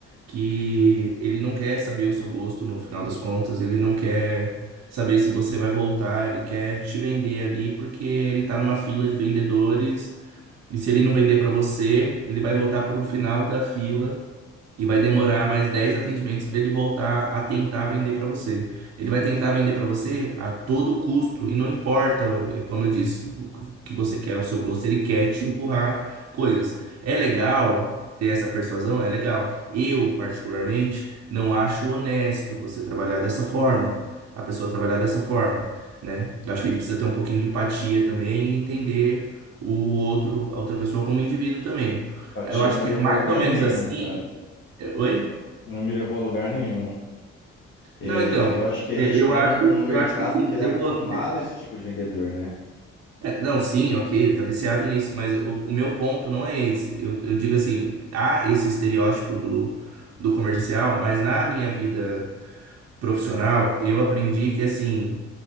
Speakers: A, on the right; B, on the left.
A: que ele não quer saber o seu gosto no final das contas, ele não quer saber se você vai voltar, ele quer te vender ali porque ele tá numa fila de vendedores, e se ele não vender para você, ele vai voltar pro final da fila e vai demorar mais 10 atendimentos para ele voltar a tentar vender para você. Ele vai tentar vender para você a todo custo, e não importa, como eu disse, o que você quer, o seu gosto, ele quer te empurrar coisas. É legal ter essa persuasão? É legal. Eu, particularmente, não acho honesto você trabalhar dessa forma. A pessoa trabalhar dessa forma, né? Eu acho que a gente precisa ter um pouquinho de empatia também e entender o outro, a outra pessoa como indivíduo também.
B: Empatia
A: Eu acho
B: não me
A: que
B: levou
A: é mais
B: a lugar
A: ou menos
B: nenhum,
A: assim
B: cara.
A: é, Oi?
B: Não me levou a lugar nenhum. É,
A: Não, então.
B: eu acho que a
A: Eu,
B: gente
A: eu
B: tem
A: acho,
B: um, um mercado
A: eu acho que sim.
B: que ele
A: Eu
B: é acostumado
A: vou...
B: a esse tipo de vendedor, né?
A: é, não, sim, ok, ele tá viciado nisso, mas o, o meu ponto não é esse. Eu, eu digo assim, há esse estereótipo do, do comercial, mas na minha vida profissional, eu aprendi que, assim,